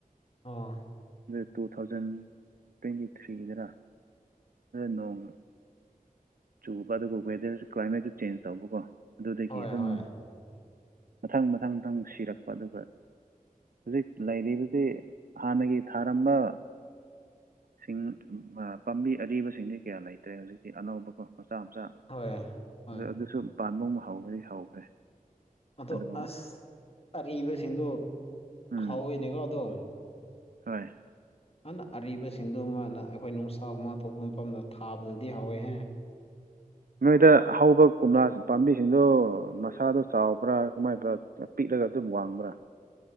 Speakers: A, on the left; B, on the right.
A: ꯑꯣ
B: ꯑꯗꯨ ꯇꯨ ꯊꯥꯎꯖꯟ ꯇ꯭ꯋꯦꯟꯇꯤ ꯊ꯭ꯔꯤꯒꯤꯗꯔ ꯅꯣꯡ ꯆꯨꯕ ꯑꯗꯨꯒ ꯋꯦꯗꯔꯁꯨ ꯀ꯭ꯂꯥꯏꯃꯦꯠꯁꯨ ꯆꯦꯟꯖ ꯇꯧꯕꯀꯣ ꯑꯗꯨꯗꯒꯤ
A: ꯍꯣꯏ
B: ꯑꯗꯨꯝ
A: ꯍꯣꯏ
B: ꯃꯊꯪ ꯃꯊꯪ ꯃꯊꯪ ꯁꯤꯔꯛꯄ ꯑꯗꯨꯒ ꯍꯧꯖꯤꯛ ꯂꯩꯔꯤꯕꯁꯤ ꯍꯥꯟꯅꯒꯤ ꯊꯥꯔꯝꯕ ꯁꯤꯡ ꯄꯥꯝꯕꯤ ꯑꯔꯤꯕꯁꯤꯡꯗꯤ ꯀꯌꯥ ꯂꯩꯇ꯭ꯔꯦ ꯍꯧꯖꯤꯛꯇꯤ ꯑꯅꯧꯕꯀꫭ ꯃꯆꯥ ꯃꯆꯥ
A: ꯍꯣꯏ ꯍꯣꯏ
B: ꯑꯗꫭ ꯑꯗꯨꯁꯨ ꯄꯥꯟꯕ ꯑꯃꯨꯛ ꯍꯧꯈ꯭ꯔꯦ ꯍꯧꯈ꯭ꯔꯦ
A: ꯑꯗꯣ
B: ꯑꯗꯨꯕꯨ
A: ꯑꯁ ꯑꯔꯤꯕꯁꯤꯡꯗꯣ
B: ꯎꯝ
A: ꯍꯥꯎꯋꯤꯅꯦꯀꯣ ꯑꯗꯣ
B: ꯍꯣꯏ
A: ꯑꯗꯨꯅ ꯑꯔꯤꯕꯁꯤꯡꯗꯨ ꯃꯥꯅ ꯑꯩꯈꯣꯏ ꯅꯨꯡꯁꯥꯒꯨꯝ ꯃꯥꯥ ꯊꯣꯛꯄ ꯃꯐꯝꯗ ꯊꯥꯕꯗꯗꯤ ꯍꯥꯎꯋꯦꯍꯦ
B: ꯅꯣꯏꯗ ꯍꯧꯕ ꯀꯣꯝꯂꯥ ꯄꯥꯝꯕꯤꯁꯤꯡꯗꯣ ꯃꯁꯥꯗꯣ ꯆꯥꯎꯕ꯭ꯔꯥ ꯀꯃꯥꯏꯕ꯭ꯔꯥ <unintelligible> ꯄꯤꯛꯂꯒ ꯑꯗꯨꯝ ꯋꯥꯡꯕ꯭ꯔꯥ